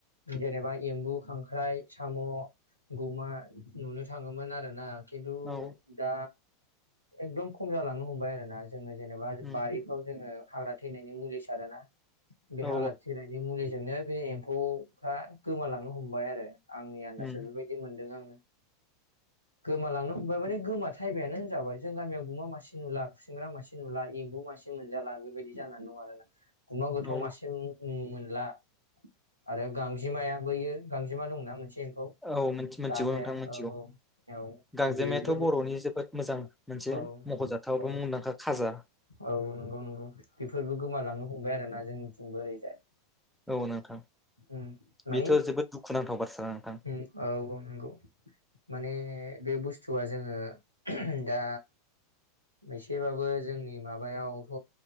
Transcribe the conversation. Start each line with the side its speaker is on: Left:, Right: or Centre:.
Right: जेनेबा एम्बु खांख्राइ साम' गुमा नुनो थाङोमोन आरो ना। खिन्थु
Centre: औ
Right: दा। एकदम खम जालांनो हमबाय आरोना। <unintelligible> जेनेबा
Centre: उम
Right: बारिफ्राव जोङो। हाग्रा थैनायनि मुलि सारोना। बे
Centre: औ
Right: हाग्रा थैनायनि मुलि जोंनो बे एम्फौफ्रा गोमालांनो हमबाय आरो। आंनि आन्दासजों
Centre: उम
Right: बेबायदि मोनदों आङो। गोमालांनो हमबाय माने गोमा थायबायानो होनजाबाय जों गामियाव गुमा मासि नुला खुसिंग्रा मासि जे नुला एम्बु मासे मोनजाला बेबायदि जानानै दं आरोना। गुमाव गोथाव
Centre: औ
Right: मासिजों मोनला आरो गांजेमाया बैयो गांजेमा दंना मोनसे एम्फौ
Centre: औ मिथि मिथिगौ
Right: दाग्राया
Centre: नोंथां मिथिगौ
Right: औ औ
Centre: गांजेमायाथ'
Right: बेफोरबो
Centre: बर'नि जोबोद मोजां मोनसे
Right: औ
Centre: मख'जाथाव
Right: औ
Centre: बा मुंदांखा खाजा
Right: औ नंगौ नंगौ बेफोरबो गोमालांनो हमबाय आरो ना जोंनिथिंबो ओरैजाय
Centre: औ नोंथां
Right: उम माने
Centre: बेथ' जोबोद दुखु नांथाव बाथ्रा नोंथां
Right: उम औ नंगौ माने बे बुस जेथुबा जोङो दा एसेबाबो जोंनि माबायावथ'